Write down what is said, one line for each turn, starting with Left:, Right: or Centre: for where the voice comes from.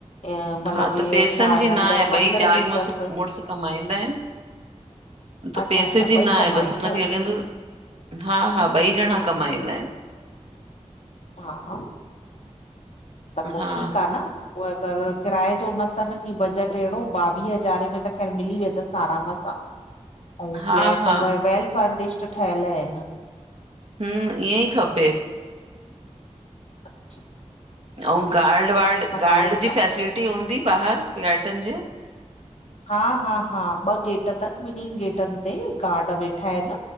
Left: ऐं मतिलबु
Right: हा त
Left: इहो
Right: पेसन
Left: छा आहे
Right: जी न
Left: अंदरि
Right: आए
Left: मंदर
Right: ॿई जाल
Left: बि
Right: मुरस
Left: अथसि
Right: मुरस कमाईनदा आईन। त
Left: अच्छा
Right: पैसे
Left: अच्छा
Right: जी
Left: ॿई
Right: ई न आहे
Left: कम
Right: बस
Left: आहिनि
Right: हुंके
Left: न
Right: <unintelligible> हा हा ॿई जणा कमाईंदा आहिनि!
Left: हा हा त पोइ
Right: हा
Left: ठीकु आहे न! उ अगरि किराए जो न अथनि की बजट अहिड़ो ॿावीह हज़ारे में त ख़ैर मिली वेंदसि आराम सां! अऊ
Right: हा,
Left: फ्लैट
Right: हा,
Left: उए वेल फर्निशड ठहियल आहिनि!
Right: हम्म ईअं ई खप।
Left: अच्छा
Right: अऊ गार्ड वार्ड गार्ड
Left: ॻाल्हाईंदमि
Right: जी फैसिलिटी हूंदी ॿाहिर फ्लैटन जे?
Left: हा हा हा ॿ गेट तन ॿिनन गेटन ते गार्ड वेठा आहिन।